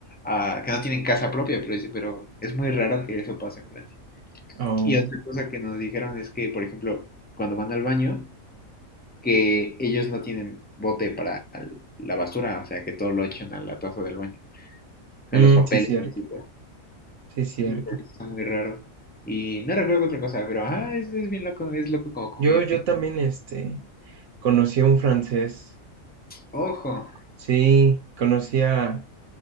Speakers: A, on the left; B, on the right.
A: a- a- que no tienen casa propia, pero dice, pero es muy raro que eso pase en Francia.
B: Oh.
A: Y otra cosa que nos dijeron es que, por ejemplo, cuando van al baño, que ellos no tienen bote para el- la basura, o sea, que todo lo echan a la taza del baño, o sea,
B: Mm,
A: los papeles
B: sí, cierto.
A: y así, güey.
B: Sí, cierto.
A: Entonces, Está muy raro. Y no recuerdo otra cosa, pero ajá, es, es bien loco, es loco como convivir
B: Yo, yo
A: gente.
B: también, este, conocí a un francés,
A: Ojo,
B: sí, conocí a,